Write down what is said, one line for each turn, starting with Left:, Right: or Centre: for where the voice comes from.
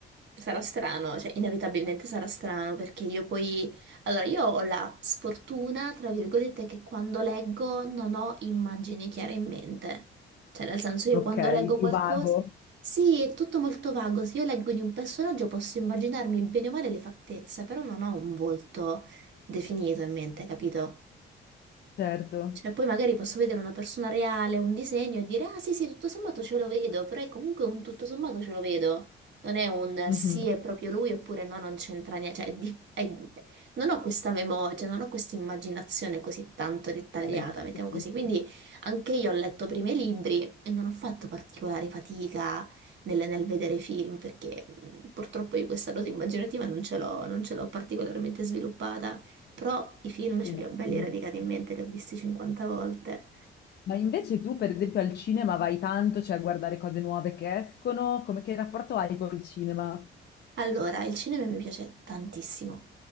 Right: sarà strano, cioè inevitabilmente sarà strano perché io poi, allora io ho la sfortuna, tra virgolette, che quando leggo non ho immagini chiare in mente, cioè nel senso io
Left: ok,
Right: quando leggo
Left: più
Right: qualcosa,
Left: vago,
Right: sì, è tutto molto vago, se io leggo di un personaggio posso immaginarmi bene o male le fattezze, però non ho un volto definito in mente, capito?
Left: certo.
Right: Cioè, poi magari posso vedere una persona reale, un disegno e dire, ah sì, sì, tutto sommato ce lo vedo, però è comunque un tutto sommato ce lo vedo. Non è un
Left: Mhm,
Right: sì, è proprio lui, oppure no, non c'entra niente. Cioè, è di- è- non ho questa memoria, cioè, non ho questa immaginazione così tanto dettagliata,
Left: Ok,
Right: mettiamo
Left: capisco.
Right: così. Quindi anche io ho letto prima i libri e non ho fatto particolare fatica nel, nel vedere film, perché mh, purtroppo io questa dote immaginativa non ce l'ho, non ce l'ho particolarmente sviluppata. Però i film
Left: Sì,
Right: ce
Left: no,
Right: li ho belli
Left: capisco.
Right: radicati in mente, li ho visti 50 volte
Left: Ma invece tu, per esempio, al cinema vai tanto, cioè a guardare cose nuove che escono, come che rapporto hai col cinema?
Right: Allora, il cinema mi piace tantissimo.